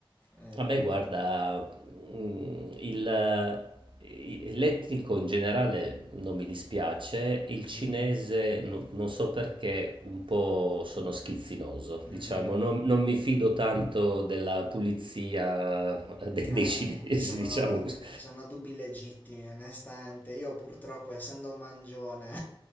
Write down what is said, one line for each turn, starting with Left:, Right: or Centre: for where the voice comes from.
Left: eh,
Right: a me guarda,
Left: dimmi.
Right: mhmm, il i l'etnico in generale non mi dispiace, il cinese
Left: Mm,
Right: no non so perché un po' sono schizzinoso,
Left: mm,
Right: diciamo,
Left: mm, mm.
Right: non non mi fido tanto della pulizia de
Left: Eh,
Right: dei cinesi,
Left: sono,
Right: <laughs> diciamo cos
Left: sono dubbi legittimi, onestamente. Io purtroppo, essendo un mangione,